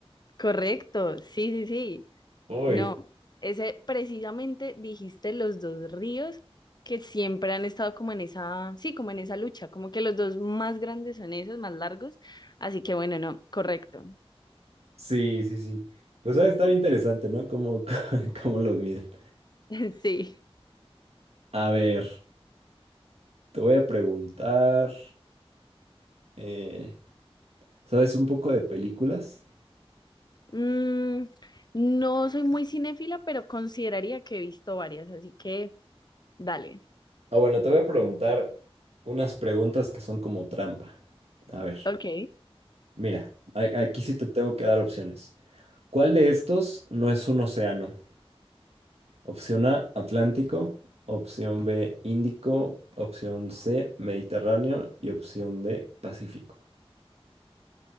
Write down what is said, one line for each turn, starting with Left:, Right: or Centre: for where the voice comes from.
Left: Correcto, sí, sí, sí.
Right: Uy.
Left: No, ese precisamente dijiste los dos ríos que siempre han estado como en esa, sí, como en esa lucha, como que los dos más grandes son esos, más largos. Así que bueno, no, correcto.
Right: Sí, sí, sí. Pues va a estar interesante, ¿no? Cómo, <laughs> cómo los miden.
Left: <laughs> Sí.
Right: A ver, te voy a preguntar, eh, ¿sabes un poco de películas?
Left: Mm, no soy muy cinéfila, pero consideraría que he visto varias, así que dale.
Right: Ah, bueno, te voy a preguntar unas preguntas que son como trampa. A ver,
Left: Ok.
Right: mira, a- aquí sí te tengo que dar opciones. ¿Cuál de estos no es un océano? Opción A, Atlántico. Opción B, Índico. Opción C, Mediterráneo. Y opción D, Pacífico.